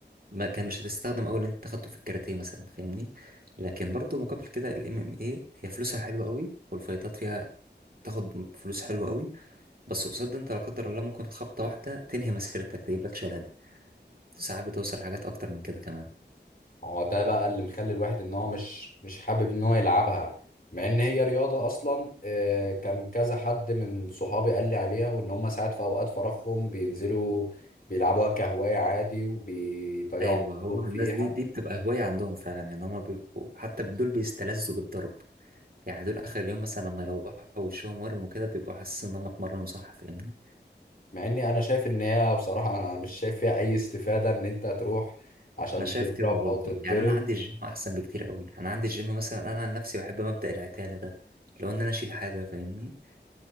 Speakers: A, on the right (about 55°); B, on the left (about 50°).
A: ما كان مش هتستخدم اول انت خدته في الكاراتيه مثلا فاهمني لكن برضو مقابل كده الام ام اي هي فلوسها حلوه قوي والفايتات فيها تاخد فلوس حلوة قوي بس قصاد ده انت لا قدر الله ممكن خبطة واحدة تنهي مسيرتك تجيب لك شلل ساعات بتوصل حاجات اكتر من كده كمان
B: ما هو ده بقى اللي مخلي الواحد ان هو مش مش حابب ان هو يلعبها مع ان هي رياضة اصلا آه، كان كذا حد من صحابي قال لي عليها وان هم ساعات في اوقات فراغهم بينزلوا بيلعبوها كهواية عادي وبيضيعوا
A: ايوه هو
B: وقتهم
A: الناس
B: فيها
A: دي دي بتبقى هواية عندهم فعلا يعني هما بيبقوا حتى دول بيستلذوا بالضرب يعني دول اخر اليوم مثلا لما يروحوا وشهم ورم وكده بيبقوا حاسين ان هم اتمرنوا صح فاهمني
B: مع اني انا شايف ان هي بصراحة انا مش شايف فيها اي استفادة ان انت تروح عشان
A: انا شايف
B: تضرب
A: كده برضه
B: او تتضرب
A: يعني انا عندي الجيم احسن بكتير قوي انا عندي الجيم مثلا انا عن نفسي بحب مبدأ العتالة ده لو ان انا اشيل حاجة فاهمني